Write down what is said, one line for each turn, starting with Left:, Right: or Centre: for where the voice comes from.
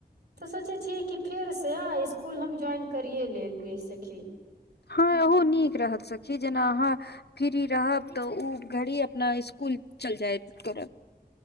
Right: तऽ सोचै छियै कि फेर तय स्कुल हम ज्वाइन करए लेलए सखी
Left: हाँ ओहो नीक रहत सखी जेना अहाँ फिरीरहब त ओ घड़ी अपना स्कुल चलि जायब करब